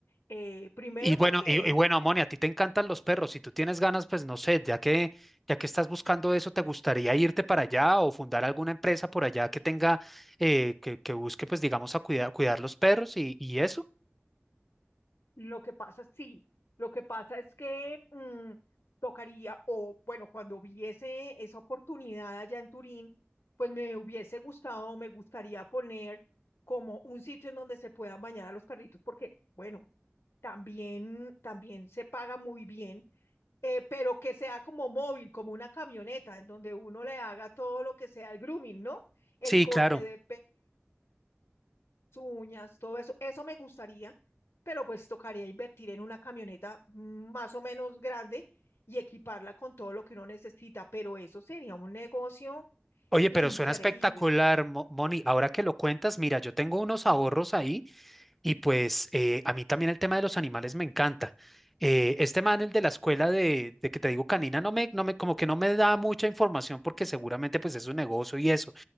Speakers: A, on the left; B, in the centre.
A: Eh, primero
B: Y bueno,
A: porque
B: y, y bueno, Moni, a ti te encantan los perros. Si tú tienes ganas, pues no sé, ya que, ya que estás buscando eso, ¿te gustaría irte para allá o fundar alguna empresa por allá que tenga, eh, que, que busque, pues digamos, a cuidar, cuidar los perros y, y eso?
A: Lo que pasa, sí, lo que pasa es que mm, tocaría, o bueno, cuando hubiese esa oportunidad allá en Turín, pues me hubiese gustado, me gustaría poner como un sitio en donde se puedan bañar a los perritos, porque, bueno, también, también se paga muy bien, eh, pero que sea como móvil, como una camioneta, en donde uno le haga todo lo que sea el grooming, ¿no? El
B: Sí,
A: corte
B: claro.
A: de uñas, todo eso. Eso me gustaría, pero pues tocaría invertir en una camioneta más o menos grande y equiparla con todo lo que uno necesita, pero eso sería un negocio
B: Oye,
A: increíble.
B: pero suena espectacular, Mo- Moni. Ahora que lo cuentas, mira, yo tengo unos ahorros ahí y pues eh, a mí también el tema de los animales me encanta. Eh, este man, el de la escuela de, de que te digo canina, no me, no me, como que no me da mucha información porque seguramente pues es un negocio y eso.